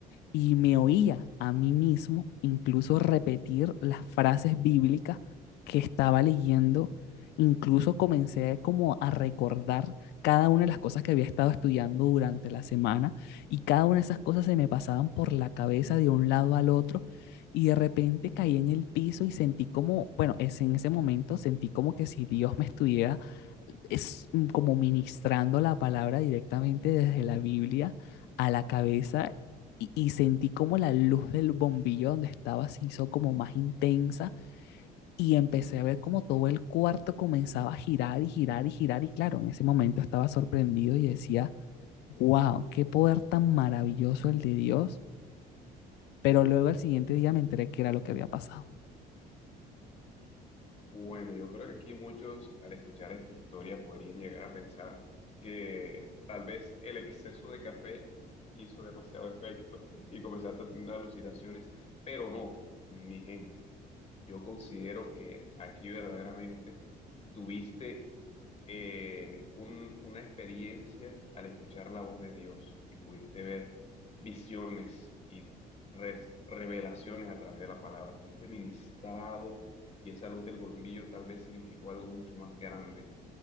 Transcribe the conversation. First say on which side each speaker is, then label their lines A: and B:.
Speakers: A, on the left; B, on the left.
A: y me oía a mí mismo incluso repetir las frases bíblicas que estaba leyendo, incluso comencé como a recordar cada una de las cosas que había estado estudiando durante la semana y cada una de esas cosas se me pasaban por la cabeza de un lado al otro y de repente caí en el piso y sentí como, bueno, es en ese momento sentí como que si Dios me estuviera es como ministrando la palabra directamente desde la Biblia a la cabeza y, y sentí como la luz del bombillo donde estaba se hizo como más intensa y empecé a ver como todo el cuarto comenzaba a girar y girar y girar y claro, en ese momento estaba sorprendido y decía, wow, qué poder tan maravilloso el de Dios, pero luego al siguiente día me enteré que era lo que había pasado.
B: Bueno, yo creo que aquí muchos al escuchar esta historia podrían llegar a pensar que tal vez el exceso de café hizo demasiado efecto <laughs> y comenzaste a tener alucinaciones, pero no, mi gente. Yo considero que aquí verdaderamente tuviste eh, un- una experiencia al escuchar la voz de Dios y pudiste ver visiones y res- revelaciones a través de la palabra. Fuiste ministrado y esa luz del bombillo tal vez significó algo mucho más grande